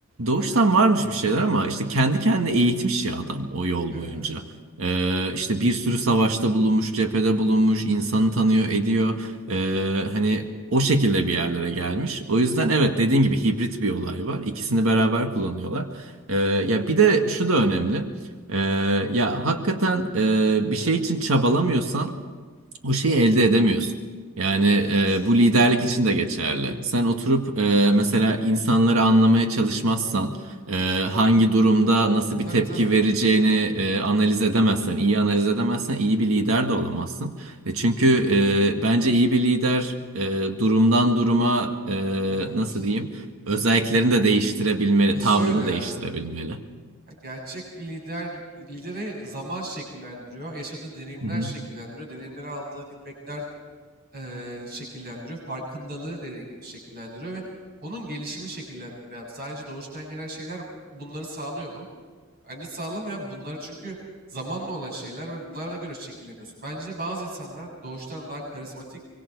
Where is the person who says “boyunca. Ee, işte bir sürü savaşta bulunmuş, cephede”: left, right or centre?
Right